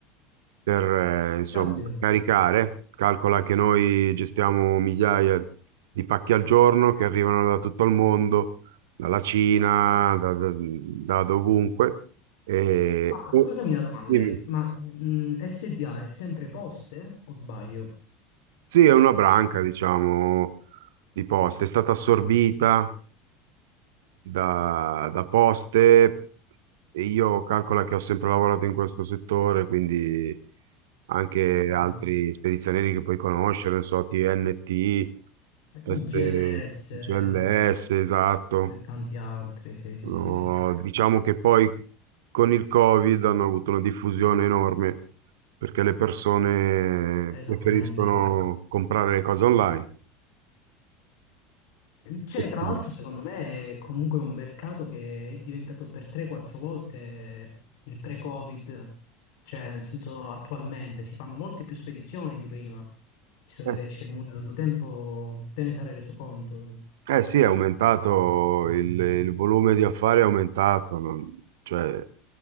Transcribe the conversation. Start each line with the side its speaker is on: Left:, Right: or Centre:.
Right: per eh, insomma
Left: Caspita.
Right: caricare. Calcola che noi gestiamo migliaia di pacchi al giorno che arrivano da tutto il mondo, dalla Cina, da, da- da dovunque. E,
Left: Ma
Right: e-
Left: scusami una domanda,
Right: dimmi.
Left: Eric. Ma mh, SDA è sempre poste o sbaglio?
Right: Sì, è una branca, diciamo, di poste. È stata assorbita da, da poste e io calcola che ho sempre lavorato in questo settore, quindi anche
Left: Ho capito.
Right: altri spedizionieri che puoi conoscere, non so, TNT,
Left: Eh,
Right: S,
Left: GLS
Right: GLS,
Left: eh,
Right: esatto.
Left: e tanti altri. Sì, sì,
Right: Sono-
Left: sì, sì, sì.
Right: diciamo che poi con il Covid hanno avuto una diffusione enorme perché le persone
Left: Esattamente,
Right: preferiscono
Left: è vero.
Right: comprare le cose online.
Left: C'è,
Right: E
Left: tra
Right: quindi-
Left: l'altro, secondo me è comunque un mercato che è diventato per 3-4 volte il pre-Covid, cioè nel senso attualmente si fanno molte più spedizioni di prima, visto che
Right: Eh,
Left: te
Right: sì,
Left: c'è comunque tanto tempo, te ne sarai reso conto.
Right: eh sì, è
Left: Sì.
Right: aumentato, il, il volume di affari è aumentato, non- cioè